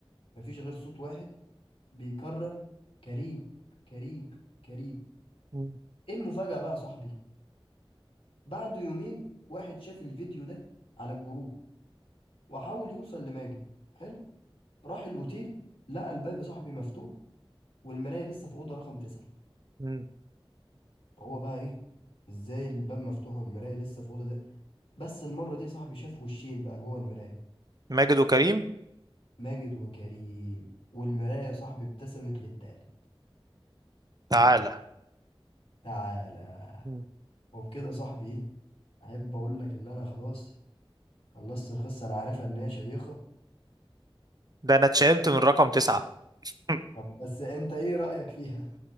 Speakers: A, on the left (about 75°); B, on the right (about 45°).
A: مفيش غير صوت واحد بيكرر كريم كريم كريم
B: مم.
A: ايه المفاجاه بقى يا صاحبي بعد يومين واحد شاف الفيديو ده على الجروب وحاول يوصل لماجد حلو راح الاوتيل لقى الباب يا صاحبي مفتوح والمرايه لسه في اوضه رقم تسعة
B: مم.
A: فهو بقى ايه ازاي الباب مفتوح والمرايه لسه في اوضه بس المرة دي يا صاحبي شاف وشين بقى جوه المراية
B: ماجد وكريم
A: ماجد وكريم والمراية يا صاحبي ابتسمت للتالت
B: تعالى
A: تعالى
B: مم.
A: وبكده يا صاحبي ايه احب اقول لك ان انا خلاص خلصت القصة انا عارفها ان هي شيقة
B: ده أنا اتشائمت من رقم تسعة <laughs>
A: طب بس انت ايه رأيك فيها